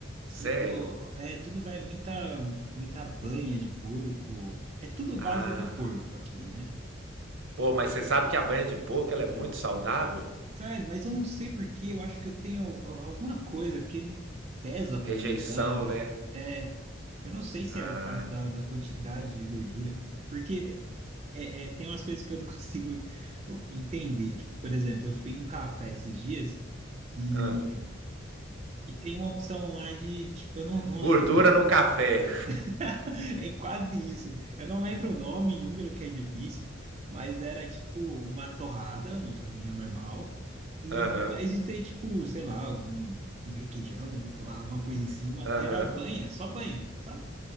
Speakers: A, on the right (about 75°); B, on the right (about 35°).
A: Sério?
B: Tudo, é, tudo vai muita, muita banha de porco. É tudo
A: Ah.
B: base do porco aqui, né?
A: Pô, mas você sabe que a banha de porco ela é muito saudável?
B: Sério, mas eu não sei por que, eu acho que eu tenho al- alguma coisa, porque pesa
A: Rejeição,
B: pra mim, sabe?
A: né?
B: É, eu não sei se
A: Ah,
B: é o fato da, da quantidade de gordura, porque é, é, tem umas coisas que eu não <laughs> consigo entender. Tipo, por exemplo, eu fui num café esses dias e,
A: hã.
B: e tem uma opção lá de, tipo, eu não, não
A: Gordura
B: lembro o nome
A: no café.
B: <laughs> É quase isso. Eu não lembro o nome em húngaro, que é difícil, mas era tipo uma torrada, uma torrinha normal, e
A: Aham,
B: ao invés de ter tipo, sei lá, um, um requeijão, sei lá, alguma coisa em cima,
A: aham.
B: era banha, só banha, sabe?